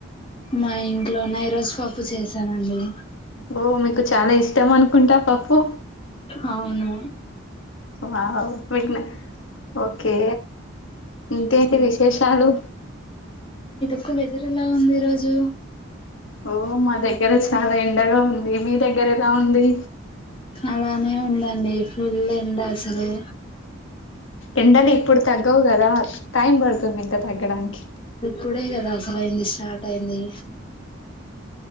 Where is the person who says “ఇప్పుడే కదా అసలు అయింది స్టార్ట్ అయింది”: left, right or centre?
Left